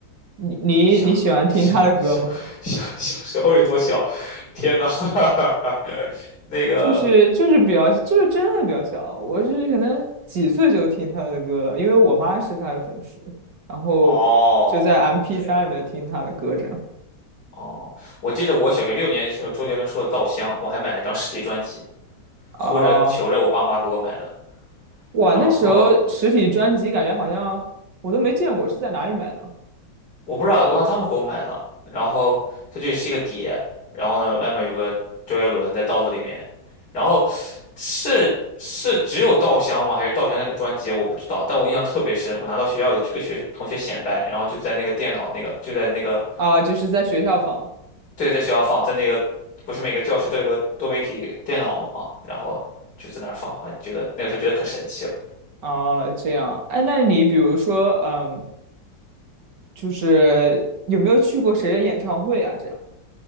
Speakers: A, on the right; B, on the left.
A: 你你你喜欢听他的歌吗？
B: 小小小小小时候有多小？天呐，<laughs> 那个
A: 就是就是比较就是真的比较小，我是可能几岁就听他的歌了，因为我妈是他的粉丝，然后就在
B: 哦，
A: m
B: 是这样
A: p 三里面听他的歌这样。
B: 哦，我记得我小学六年级的时候，周杰伦出了《稻香》，我还买了一张实体专辑，
A: 啊，
B: 哭着求着我爸妈给我买的。
A: 哇，
B: 然后
A: 那时候实体专辑感觉好像我都没见过，是在哪里买的？
B: 我不知道，我让他们给我买的。然后它就是一个碟，然后呢，外面有个周杰伦在稻子里面。然后是是只有稻香吗？还是稻香那个专辑？我不知道，但我印象特别深。我拿到学校里去跟学同学显摆，然后就在那个电脑那个就在那个
A: 啊，就是在学校放。
B: 对，在学校放，在那个不是每个教室都有个多媒体电脑嘛，然后就在那儿放，啊，觉得那个时候觉得可神奇了。
A: 啊，这样。哎，那你比如说，嗯，就是有没有去过谁的演唱会啊？这样